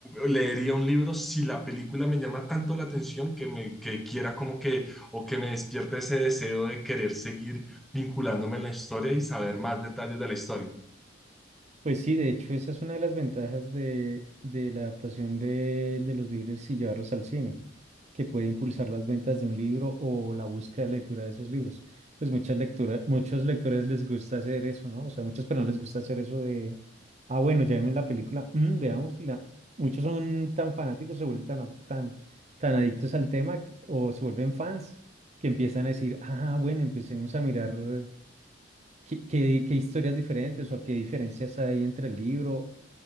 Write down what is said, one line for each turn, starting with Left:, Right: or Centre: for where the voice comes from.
Centre: leería un libro si la película me llama tanto la atención que me que quiera como que o que me despierte ese deseo de querer seguir vinculándome en la historia y saber más detalles de la historia.
Right: Pues sí, de hecho, esa es una de las ventajas de, de la adaptación de, de los libros y llevarlos al cine, que puede impulsar las ventas de un libro o la búsqueda de lectura de esos libros. Pues muchas lecturas, muchos lectores les gusta hacer eso, ¿no? O sea, muchas personas les gusta hacer eso de, ah, bueno, ya vimos la película, mm, veamos, la... muchos son tan fanáticos, se vuelven tan, a- tan, tan adictos al tema que- o se vuelven fans que empiezan a decir, ah, bueno, empecemos a mirar. ¿Qué, qué- qué historias diferentes o qué diferencias hay entre el libro?